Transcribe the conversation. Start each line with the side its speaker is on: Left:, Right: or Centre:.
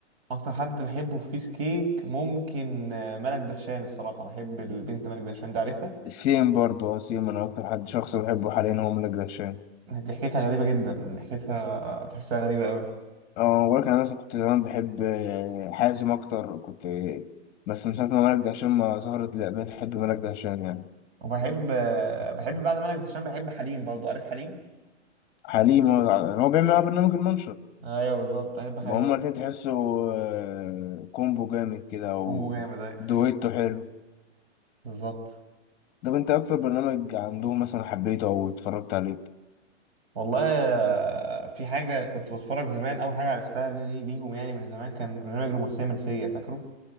Right: اكتر حد بحبه في بيس كيك ممكن آه، ملك دهشان الصراحه بحب البنت ملك دهشان دي عارفها
Left: سيم برضه اه سيم انا اكتر حد شخص بحبه حاليا هو ملك دهشان
Right: ضحكتها غريبه جدا ضحكتها تحسها غريبه قوي
Left: اه ولكن انا مثلا كنت زمان بحب آه، حازم اكتر كنت آه، بس من ساعة ما ملك دهشان ما ظهرت لا بقيت احب ملك دهشان يعني
Right: وبحب آه، بحب بعد ملك دهشان بحب حليم برضو عارف حليم
Left: حليم هو هو بيعمل معاه برنامج المنشط
Right: ايوه بالظبط بحب حليم
Left: ما هما الاتنين تحسوا آه، كومبو جامد كده او
Right: كومبو جامد ايوه
Left: دويتو حلو
Right: بالظبط
Left: طب انت ايه اكتر برنامج عندهم مثلا حبيته او اتفرجت عليه
Right: والله آه، في حاجه كنت بتفرج زمان اول حاجه عرفتها لي- ليهم يعني من زمان كان برنامج رومانسيه منسيه فاكره